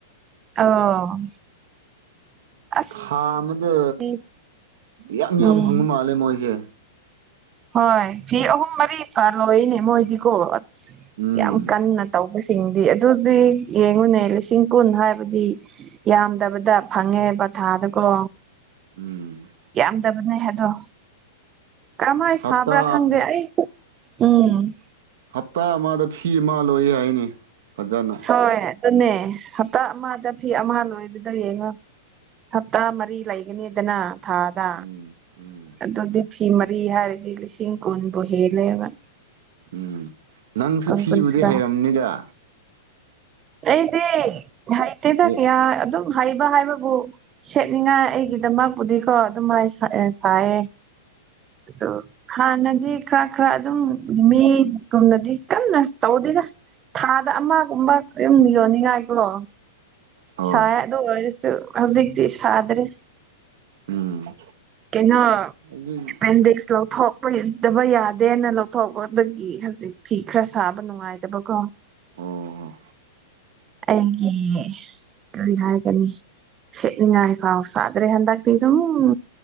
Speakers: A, on the right (about 30°); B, on the right (about 65°).
A: ꯑꯣ ꯑꯁ
B: ꯊꯥ ꯑꯃꯗ
A: ꯐꯤꯁ
B: ꯌꯥꯝ ꯌꯥꯝ
A: ꯎꯝ
B: ꯐꯪꯕ ꯃꯥꯜꯂꯦ ꯃꯣꯏꯁꯦ
A: ꯍꯣꯏ ꯐꯤ ꯑꯍꯨꯝ ꯃꯔꯤ ꯐꯥꯅ ꯂꯩꯅꯦ ꯃꯣꯏꯗꯤꯀꯣ
B: ꯎꯝ
A: ꯌꯥꯝ ꯀꯟꯅ ꯇꯧꯕꯁꯤꯡꯗꯤ ꯑꯗꯨꯗꯤ ꯌꯦꯡꯉꯨꯅꯦ ꯂꯤꯁꯤꯡ ꯀꯨꯟ ꯍꯥꯏꯕꯗꯤ ꯌꯥꯝꯗꯕꯗ ꯐꯪꯉꯦꯕ ꯊꯥꯗꯀꯣ
B: ꯎꯝ
A: ꯌꯥꯝꯗꯕꯅꯦ ꯑꯗꯣ ꯀꯔꯝꯍꯥꯏ
B: ꯍꯞꯇꯥ
A: ꯁꯥꯕ꯭ꯔꯥ ꯈꯪꯗꯦ ꯑꯩ ꯎꯝ
B: ꯍꯞꯇꯥ ꯑꯃꯗ ꯐꯤ ꯑꯃ ꯂꯣꯏꯌꯦ ꯍꯥꯏꯅꯦ ꯐꯖꯅ
A: ꯍꯣꯏ ꯑꯗꯨꯅꯦ ꯍꯞꯇꯥ ꯑꯃꯗ ꯐꯤ ꯑꯃ ꯂꯣꯏꯕꯗ ꯌꯦꯡꯉꯣ ꯍꯞꯇꯥ ꯃꯔꯤ ꯂꯩꯒꯅꯤꯗꯅ ꯊꯥꯗ
B: ꯎꯝ ꯎꯝ
A: ꯑꯗꯨꯗꯤ ꯐꯤ ꯃꯔꯤ ꯍꯥꯏꯔꯗꯤ ꯂꯤꯁꯤꯡ ꯀꯨꯟꯕꯨ ꯍꯦꯜꯂꯦꯕ
B: ꯎꯝ ꯅꯪꯁꯨ
A: ꯀꯨꯟ
B: ꯐꯤꯕꯨꯗꯤ
A: ꯀꯨꯟꯊ꯭ꯔꯥ
B: ꯍꯩꯔꯝꯅꯤꯗ
A: ꯑꯩꯗꯤ ꯍꯩꯇꯦꯗ
B: ꯍꯣꯏ
A: ꯀꯌꯥ ꯑꯗꯨꯝ ꯍꯩꯕ ꯍꯥꯏꯕꯕꯨ ꯁꯦꯠꯅꯤꯡꯉꯥꯏ ꯑꯩꯒꯤꯗꯃꯛꯄꯨꯗꯤꯀꯣ ꯑꯗꯨꯃꯥꯏꯅ ꯁꯥꯏꯌꯦ ꯑ ꯍꯥꯟꯅꯗꯤ ꯈꯔ ꯈꯔ ꯑꯗꯨꯝ ꯃꯤꯒꯨꯝꯅꯗꯤ ꯀꯟꯅ ꯇꯧꯗꯦꯗ ꯊꯥꯗ ꯑꯃꯒꯨꯝꯕ ꯑꯗꯨꯨꯝ ꯌꯣꯟꯅꯤꯡꯉꯥꯏꯀꯣ
B: ꯍꯣꯏ
A: ꯁꯥꯏ ꯑꯗꯨ ꯑꯣꯏꯔꯁꯨ ꯍꯧꯖꯤꯛꯇꯤ ꯁꯥꯗ꯭ꯔꯦ
B: ꯎꯝ
A: ꯀꯩꯅꯣ
B: ꯑꯗꯨꯒꯤ
A: ꯑꯦꯄꯦꯟꯗꯤꯛꯁ ꯂꯧꯊꯣꯛ ꯗꯕ ꯌꯥꯗꯦꯅ ꯂꯧꯊꯣꯛꯄꯗꯒꯤ ꯍꯧꯖꯤꯛ ꯐꯤ ꯈꯔ ꯁꯥꯕ ꯅꯨꯡꯉꯥꯏꯇꯕꯀꯣ
B: ꯑꯣ
A: ꯑꯩꯒꯤ ꯀꯔꯤ ꯍꯥꯏꯒꯅꯤ ꯍꯦꯠꯅꯤꯡ ꯉꯥꯏ ꯐꯥꯎꯁꯗ꯭ꯔꯦ ꯍꯟꯗꯇꯁꯨ ꯎ